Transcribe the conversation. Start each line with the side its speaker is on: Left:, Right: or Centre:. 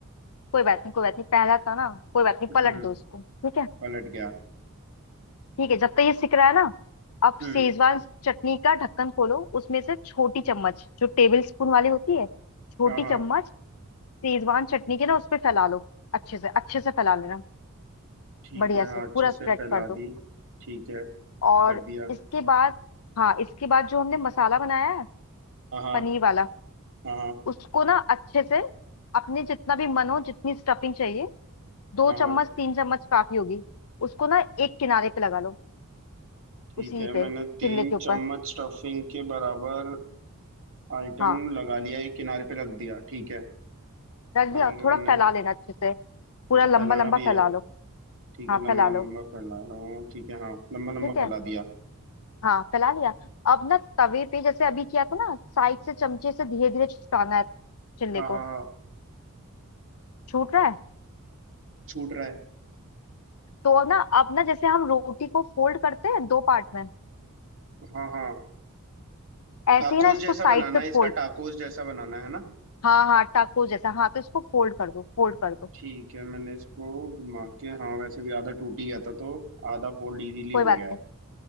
Left: कोई बात नहीं कोई बात नहीं पहला था ना कोई बात नहीं
Right: हम्म
Left: पलट दो इसको ठीक है
Right: पलट गया
Left: ठीक है जब तक ये सिक रहा है ना अब
Right: हम्म
Left: शेजवान चटनी का ढक्कन खोलो उसमें से छोटी चम्मच जो टेबल स्पून वाली होती है छोटी
Right: हाँ हाँ
Left: चम्मच शेजवान चटनी के ना उस पे फैला लो अच्छे से अच्छे से फैला लेना
Right: ठीक
Left: बढ़िया
Right: है
Left: से
Right: हाँ अच्छे
Left: पूरा
Right: से
Left: स्प्रेड
Right: फैला
Left: कर दो
Right: दी ठीक है
Left: और
Right: कर दिया
Left: इसके बाद हाँ इसके बाद जो हमने मसाला बनाया है
Right: हाँ हाँ
Left: पनीर वाला
Right: हाँ हाँ
Left: उसको ना अच्छे से अपने जितना भी मन हो जितनी स्टफिंग चाहिए दो
Right: हाँ हाँ,
Left: चम्मच तीन चम्मच काफी होगी उसको ना एक किनारे पे लगा लो
Right: ठीक
Left: उसी
Right: है
Left: पे
Right: मैंने
Left: चिल्ले
Right: तीन
Left: के ऊपर
Right: चम्मच स्टफिंग के बराबर आइटम
Left: हाँ
Right: लगा लिया एक किनारे पे रख दिया ठीक है
Left: रख दिया
Right: आगे क्या
Left: थोड़ा
Right: करना
Left: फैला
Right: है
Left: लेना अच्छे से पूरा
Right: अच्छा
Left: लंबा
Right: फैलाना
Left: लंबा
Right: भी है
Left: फैला लो
Right: ठीक
Left: हाँ
Right: है लंबा
Left: फैला लो
Right: लंबा फैला रहा हूँ ठीक है हाँ लंबा लंबा
Left: ठीक है
Right: फैला दिया
Left: हाँ फैला लिया अब ना तवे पे जैसे अभी किया था ना साइड से चमचे से धीरे धीरे छुटाना है चिल्ले
Right: हाँ हाँ
Left: को
Right: हाँ
Left: छूट रहा है
Right: छूट रहा है
Left: तो अब ना अब ना जैसे हम रोटी को फोल्ड करते हैं दो पार्ट में
Right: हाँ हाँ
Left: ऐसे
Right: टाकोस
Left: ही ना इसको
Right: जैसा
Left: साइड
Right: बनाना
Left: से
Right: है
Left: फोल्ड
Right: इसका टाकोस जैसा बनाना है ना
Left: हाँ हाँ टाको जैसा हाँ तो इसको फोल्ड कर दो फोल्ड कर दो
Right: ठीक है मैंने इसको घुमा के हाँ वैसे भी आधा टूट ही गया था तो आधा फोल्ड इजीली
Left: कोई
Right: हो
Left: बात
Right: गया है
Left: नहीं